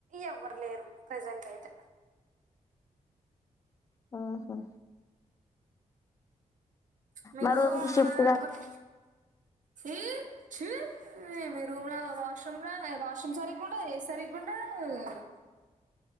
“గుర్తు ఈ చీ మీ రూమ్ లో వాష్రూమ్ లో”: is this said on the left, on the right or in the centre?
Right